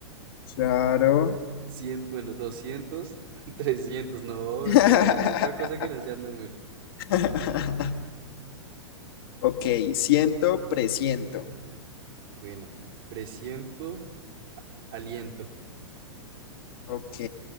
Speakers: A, on the left; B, on the right.
A: Claro.
B: 100, bueno, 200 <laughs> 300 no,
A: <laughs>
B: no, otra cosa que no sean números.
A: Ujú. Ok, siento, presiento.
B: Buena. Presiento, a- aliento.
A: Ok,